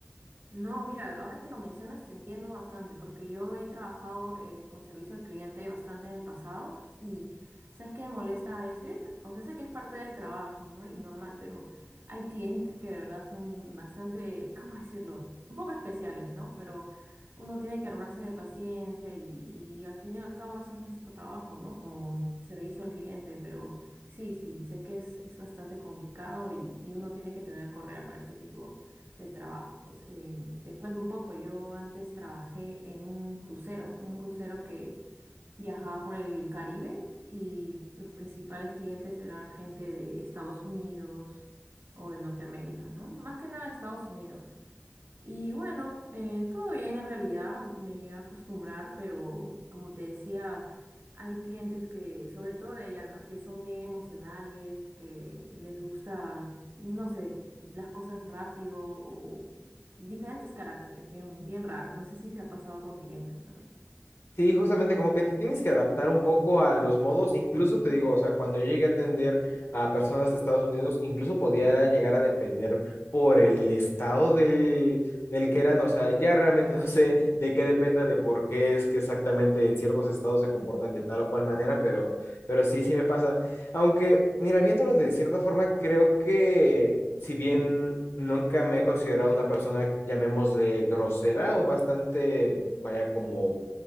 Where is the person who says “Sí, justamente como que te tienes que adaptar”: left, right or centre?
Left